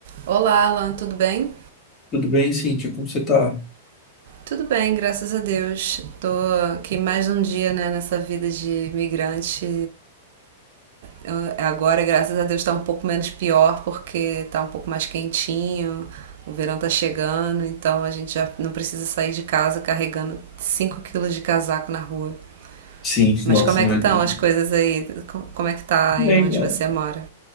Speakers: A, on the right; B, on the left.
A: Olá, Alan, tudo bem?
B: Tudo bem, Cíntia? Como você está?
A: Tudo bem, graças a Deus. Tô aqui mais um dia, né, nessa vida de imigrante. Eu- Agora, graças a Deus, tá um pouco menos pior porque tá um pouco mais quentinho. O verão tá chegando, então a gente já não precisa sair de casa carregando 5 quilos de casaco na rua.
B: Sim,
A: Mas
B: nossa,
A: como é
B: imagina.
A: que estão as coisas aí? Co- Como é que tá aí
B: Bem,
A: onde
B: é,
A: você mora?
B: a